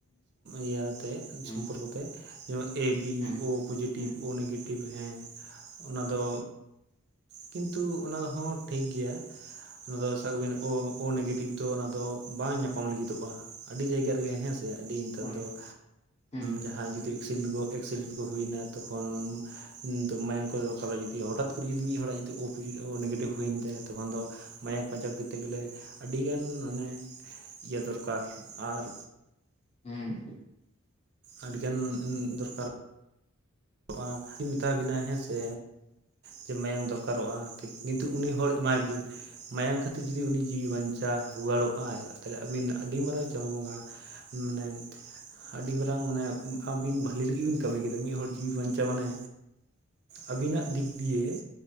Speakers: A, on the right; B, on the left.
A: ᱤᱭᱟᱹᱛᱮ
B: ᱦᱩᱸ
A: ᱥᱚᱢᱯᱚᱨᱠᱚ ᱛᱮ ᱡᱮᱢᱚᱱ ᱮ ᱵᱤ
B: ᱦᱩᱸ
A: ᱳ ᱯᱚᱡᱮᱴᱤᱵᱷ
B: ᱦᱩᱸ
A: ᱳ ᱱᱮᱜᱮᱴᱤᱵᱷ ᱦᱮᱸ ᱚᱱᱟ ᱫᱚ ᱠᱤᱱᱛᱩ, ᱚᱱᱟᱦᱚᱸ ᱴᱷᱤᱠ ᱜᱮᱭᱟ᱾ ᱚᱱᱟ ᱫᱚ ᱥᱟᱵ ᱠᱟᱜ ᱵᱤᱱ ᱳ ᱳ ᱱᱮᱜᱮᱴᱤᱵᱷ ᱫᱚ ᱚᱱᱟ ᱫᱚ ᱵᱟᱝ ᱧᱟᱯᱟᱢ ᱞᱟᱹᱜᱤᱫᱚᱜᱼᱟ, ᱟᱹᱰᱤ ᱡᱟᱭᱜᱟ ᱨᱮᱜᱮ ᱦᱮᱸ ᱥᱮ᱾ ᱟᱹᱰᱤ ᱱᱮᱛᱟᱨ
B: ᱦᱳᱭ
A: ᱫᱚ,
B: ᱦᱩᱸ
A: ᱡᱟᱦᱟᱸᱭ ᱡᱩᱫᱤ ᱮᱠᱥᱤ ᱮᱠᱥᱤᱰᱮᱱᱴ ᱠᱚ ᱦᱩᱭᱱᱟ ᱛᱚᱠᱷᱚᱱ ᱢᱟᱭᱟᱝ ᱠᱚ ᱫᱚᱨᱠᱟᱨᱚᱜᱼᱟ ᱡᱩᱫᱤ ᱦᱚᱴᱟᱛ ᱠᱚᱨᱮ ᱡᱩᱫᱤ ᱢᱤᱫ ᱦᱚᱲᱟᱜ ᱡᱩᱫᱤ ᱳ ᱱᱮᱜᱮᱴᱤᱵᱷ ᱦᱩᱭᱮᱱ ᱛᱟᱭᱟ ᱛᱚᱠᱷᱚᱱ ᱫᱚ ᱢᱟᱭᱟᱝ ᱯᱟᱸᱪᱟᱯ ᱠᱟᱛᱮᱫ ᱜᱮᱞᱮ ᱟᱹᱰᱤᱜᱟᱱ ᱢᱟᱱᱮ ᱤᱭᱟᱹ ᱫᱚᱨᱠᱟᱨ ᱟᱨ
B: ᱦᱮᱸ
A: ᱟᱹᱰᱤᱜᱟᱱ ᱫᱚᱨᱠᱟᱨ <unintelligible> ᱟᱹᱧ ᱢᱮᱛᱟ ᱵᱤᱱᱟ ᱦᱮᱸᱥᱮ ᱡᱮ ᱢᱟᱭᱟᱝ ᱫᱚᱨᱠᱟᱨᱚᱜᱼᱟ᱾
B: ᱦᱩᱸ
A: <unintelligible> ᱠᱤᱱᱛᱩ ᱩᱱᱤ ᱦᱚᱲ ᱮᱢᱟᱭ ᱵᱤᱱ᱾ ᱢᱟᱭᱟᱝ ᱠᱷᱟᱹᱛᱤᱨ ᱡᱩᱫᱤ ᱩᱱᱤ ᱡᱤᱣᱤ ᱵᱟᱧᱪᱟᱣ ᱨᱩᱣᱟᱹᱲᱚᱜᱼ ᱟᱭ, ᱛᱟᱦᱚᱞᱮ ᱟᱵᱤᱱ ᱟᱹᱰᱤ ᱢᱟᱨᱟᱝ ᱪᱟᱸᱫᱳ ᱵᱚᱸᱜᱟ ᱢᱟᱱᱮ ᱟᱹᱰᱤ ᱢᱟᱨᱟᱝ ᱢᱟᱱᱮ ᱟᱵᱤᱱ ᱵᱷᱟᱹᱞᱤ ᱞᱟᱹᱜᱤᱫ ᱵᱤᱱ ᱠᱟᱹᱢᱤ ᱠᱮᱫᱟ, ᱢᱤᱫ ᱦᱚᱲ ᱡᱤᱣᱤ ᱵᱟᱧᱪᱟᱣ ᱢᱟᱱᱮ ᱟᱹᱵᱤᱱᱟᱜ ᱫᱤᱠ ᱫᱤᱭᱮ